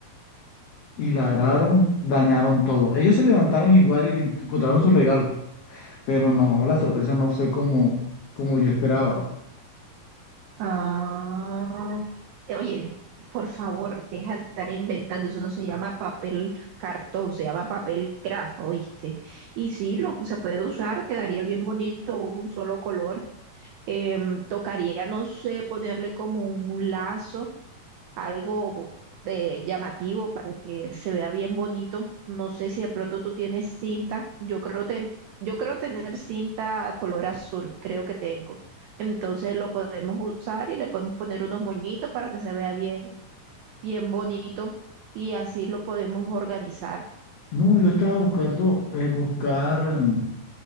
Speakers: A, on the left (about 85°); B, on the right (about 85°).
A: y ladraron, dañaron todo. Ellos se levantaron igual y encontraron sus regalos, pero no, la sorpresa no fue como, como yo esperaba.
B: Ah, eh, oye, por favor, deja de estar inventando. Eso no se llama papel cartón, se llama papel craft, ¿oíste? Y sí, lo, se puede usar, quedaría bien bonito un solo color. Em, tocaría, no sé, ponerle como un lazo algo de llamativo para que se vea bien bonito. No sé si de pronto tú tienes cinta. Yo creo, ten- yo creo tener cinta color azul, creo que tengo. Entonces lo podemos usar y le podemos poner unos moñitos para que se vea bien, bien bonito y así lo podemos organizar.
A: No, yo estaba buscando, eh, buscar, mm,